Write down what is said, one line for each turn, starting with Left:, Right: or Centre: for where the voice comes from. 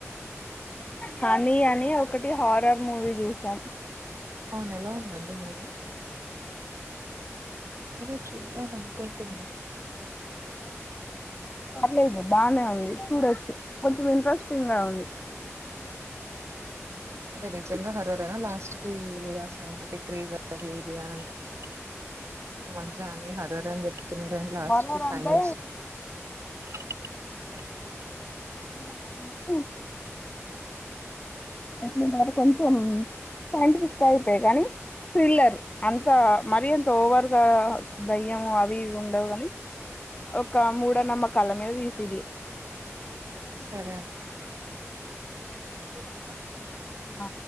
Left: హనీ అని ఒకటి హారర్ మూవీ చూసాం
Right: అవునెలా ఉందండి మూవి నేను చూసాననుకుంటున్నా
Left: పర్లేదు బానే ఉంది చూడొచ్చు కొంచెం ఇంట్రెస్టింగ్ గా ఉంది
Right: అవును అంటే నిజంగా హర్రరేనా లాస్ట్ కీ లేదా సైంటిఫిక్ రీజన్ అది ఇది అనంట ఈ మధ్య అన్ని హర్రర్ అని చెప్తున్నారు గాని లాస్ట్
Left: హారర్
Right: కి సైన్స్
Left: అంటే
Right: మ్మ్
Left: మారాలంటే అట్లు మాకు కొంచెం సైంటిఫిక్ గా అయితే గానీ ఫ్రిల్లర్ అంత మరి అంత ఓవర్గా దయ్యము అవి ఇవి ఉండవు గని ఒక మూడనమ్మకళ్ళ మీద తీసిది
Right: సరే అండ్ దొరుక
Left: న